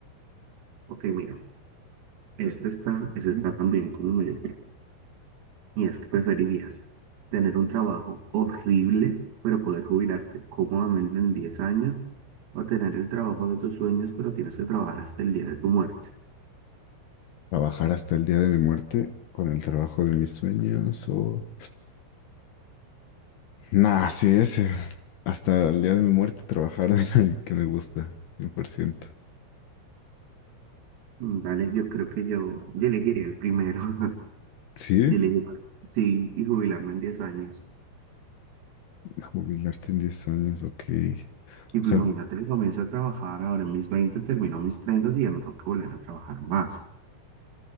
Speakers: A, on the right (about 80°); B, on the left (about 70°).
A: Ok, mira, este está, ese está también como medio, fuerte. y es que preferirías tener un trabajo horrible, pero poder jubilarte cómodamente en 10 años, o tener el trabajo de tus sueños, pero tienes que trabajar hasta el día de tu muerte.
B: Trabajar hasta el día de mi muerte con el trabajo de mis sueños o... Nah, sí, ese. Hasta el día de mi muerte trabajar <laughs> en el que me gusta, 100%.
A: Mm, Dale, yo creo que yo, yo elegiría el primero. <laughs>
B: Sí,
A: Yo elegiría, sí, y jubilarme en 10 años.
B: jubilarte en 10 años, ok.
A: Y pues
B: O sea,
A: imagínate que comienzo a trabajar ahora en mis 20 termino mis 30 y ya no tengo que volver a trabajar más.